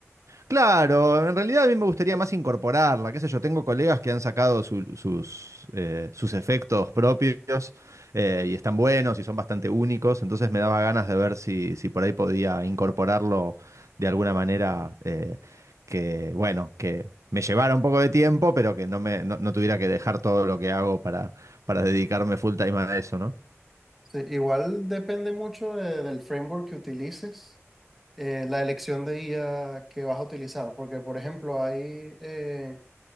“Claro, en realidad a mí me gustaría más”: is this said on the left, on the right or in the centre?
Right